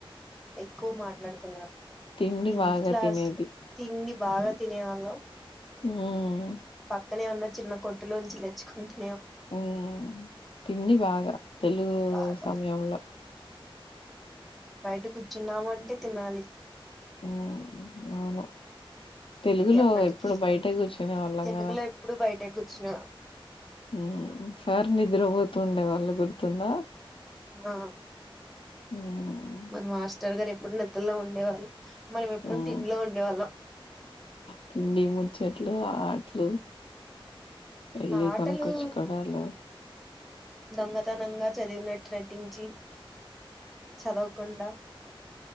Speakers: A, in the centre; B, on the left.
A: ఎక్కువ మాట్లాడుకునేళ్
B: తిండి
A: హిందీ
B: బాగా
A: క్లాస్
B: తినేది
A: తిండి బాగా తినేవాళ్ళం
B: ఉమ్
A: అక్కనే ఉన్న చిన్న కొట్టులోంచి తెచ్చుకుంటే
B: ఉమ్ తిండి బాగా తెలుగు
A: బాగా
B: సమయంలో
A: బయట కూర్చున్నాము అంటే తినాలి
B: ఉమ్ అవును తెలుగులో
A: ఎప్పటికిీ
B: ఎప్పుడు బయట కూర్చునే వాళ్ళం
A: తెలుగులో
B: కదా
A: ఎప్పుడు బయటే కూర్చునే ఆ
B: ఉమ్ సార్ నిద్రపోతుూండే వాళ్ళు గుర్తుందా
A: ఆ
B: మ్మ్.
A: మన మాస్టర్ గారు ఎప్పుడు నిద్రల్లో ఉండేవాళ్ళు మనం ఎప్పుడు
B: మ్మ్.
A: తింలో ఉండేవాళం
B: తిండి ముచ్చట్లు ఆట్లు ఇల్లీ
A: ఆటలు
B: కనకోచ్చు కోడలో
A: దొంగతనంగా చదివినట్టు నటించి చదవకుండా